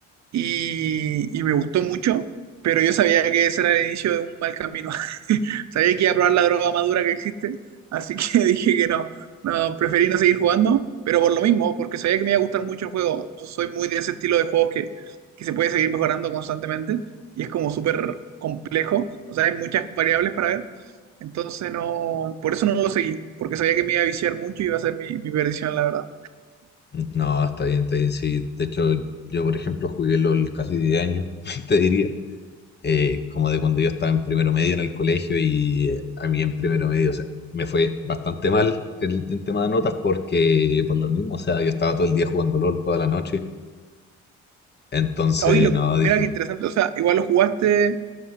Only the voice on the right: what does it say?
y, y me gustó mucho, pero yo sabía que ese era el inicio de un mal camino. <laughs> Sabía que iba a probar la droga más dura que existe, así que <laughs> dije que no, no, preferí no seguir jugando, pero por lo mismo, porque sabía que me iba a gustar mucho el juego. Soy muy de ese estilo de juegos que, que se puede seguir mejorando constantemente y es como súper complejo, o sea, hay muchas variables para ver. Entonces no, por eso no lo seguí, porque sabía que me iba a viciar mucho y iba a ser mi, mi perdición, la verdad.
Hoy lo,
mira
qué interesante, o sea, igual lo jugaste,